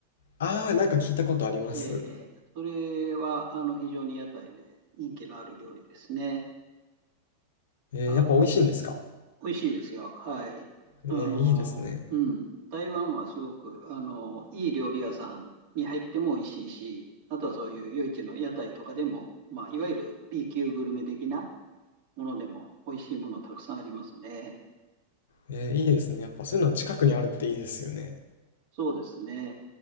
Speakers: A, on the left (about 60°); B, on the right (about 45°).
A: ああ、なんか聞いたことあります。
B: ええそれはあの非常に屋台で人気のある料理ですね。
A: えーやっぱ美味しいんですか
B: うあ美味しいですよ。はい。
A: えーいいですね。
B: あの、うん。台湾はすごく、あの、いい料理屋さんに入っても美味しいし、あとはそういう夜市の屋台とかでも、まあ、いわゆる B 級グルメ的なものでも美味しいものたくさんありますね。
A: えーいいですね。やっぱそういうの近くにあるっていいですよね。
B: そうですね。